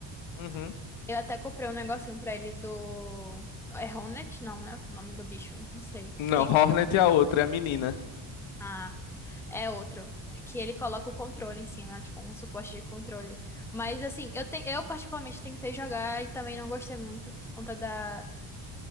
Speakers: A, on the left; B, in the centre.
A: Uhum.
B: Eu até comprei um negocinho pra ele do. É Hornet? Não, né? O nome do bicho, não sei.
A: Não,
B: Que tem.
A: Hornet é a outra, é a menina.
B: Ah. É outro. Que ele coloca o controle em cima, tipo, um suporte de controle. Mas, assim, eu, te... eu particularmente tentei jogar e também não gostei muito, por conta da...